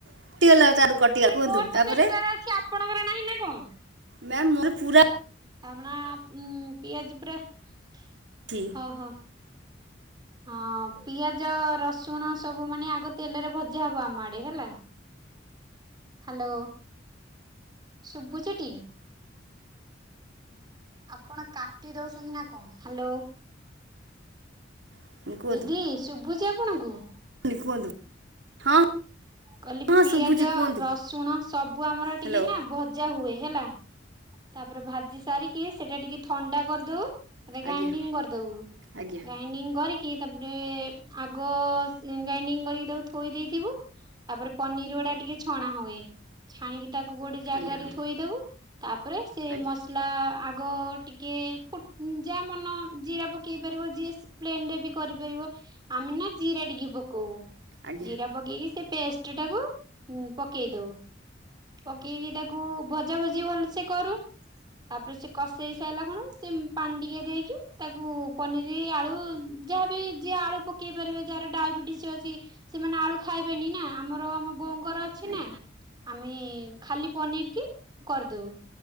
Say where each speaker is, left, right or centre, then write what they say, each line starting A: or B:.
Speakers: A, on the right; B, on the right.
A: କଟିଗଲା ତାଠୁ କଟିଗଲା କୁହନ୍ତୁ
B: ମୋର ତ
A: ତାପରେ
B: ଆପଣଙ୍କର ନାହିଁ ନା କଣ?
A: ମ୍ୟା ମୋ ପୁରା
B: ତାମ ଉ ପିଆଜ ପରେ ହ
A: ଅଛି
B: ହୋ। ହଁ ପିଆଜ ରସୁଣ ସବୁ ମାନେ ଆଗ ତେଲରେ ଭଜା ହବ ଆମ ଆଡେ ହେଲା। ହ୍ୟାଲୋ ଶୁଭୁ ଜେଟି ଆପଣ କାଟି ଦଉଛନ୍ତି ନା। ହ୍ୟାଲୋ।
A: ହଁ କୁହନ୍ତୁ
B: ଦିଦି ଶୁଭୁଛି ଆପ- ଆପଣଙ୍କୁ?
A: କୁହନ୍ତୁ ହଁ।
B: କହିଲି
A: ହଁ
B: ପିଆଜ
A: ଶୁଭୁଛି କୁହନ୍ତୁ
B: ରସୁଣ ସବୁ ଆମର ଟିକେ
A: ହ୍ୟାଲୋ
B: ନା ଭଜା ହୁଏ ହେଲା। ତାପରେ ଭାଜି ସାରିକି ସେଇଟା ଟିକେ ଥଣ୍ଡା କରିଦଉ ମନେ ଗ୍ରାଇଣ୍ଡିଙ୍ଗ
A: ଆଜ୍ଞା
B: କରିଦବୁ
A: ଆଜ୍ଞା
B: ଗାଇଣ୍ଡିଙ୍ଗ କରିକି କି ତାପରେ ଆଗ ସି ଗ୍ରାଇଡିଙ୍ଗ କରିକି ତାକୁ ଥୋଇ ଦେଇଥିବୁ ତାପରେ ପନିର ଗୁଡା ଟିକେ ଛଣା ହୁଏ ଛାଣିକି ତାକୁ ଗୋଟେ ଜାଗାରେ
A: ଆଜ୍ଞା ହଁ
B: ଥୋଇଦବୁ ତା ରେ ସେ
A: ଆଜ୍ଞା
B: ମସଲା ଆ ଆଗ ଟିକେ ଫୁ ଯାହା ମନ ଜିରା ପକେଇ ପାରିବ ଯିଏ ପ୍ଲେନ ରେ ବି କରିପାରିବ ଆମେ ନା ଜିରା ଟିକେ ପକୋ କୋଉ
A: ଆଜ୍ଞା
B: ଜିରା ପକେଇକି ସେ ପେଷ୍ଟ ଟି ଟାକୁ ଉଁ ପକେଇ ଦଉ ପକେଇକି ତାକୁ ଭଜା ଭଜି ଭଲ ସେ କରୁ ତାପରେ ସେ କସେଇ ହେଇସାଇଲା କଣ ସେ ପାଣି ଟିକିଏ ଦେଇକି ତାକୁ ପନିରି ଆଳୁ ଯାହା ବି ଜିଏ ଆଳୁ ପକେଇପାରିବେ ଯାହାର ଡାଇବେଟିସ୍ ଅଛି ସେମାନେ ଆଳୁ ଖା ଖାଇବେନି ନା ଆମର ଆମ ବୋଉଙ୍କର ଅଛି
A: ଆଜ୍ଞା
B: ନା ଆମେ ଖାଲି ପନିର କି କରିଦବୁ।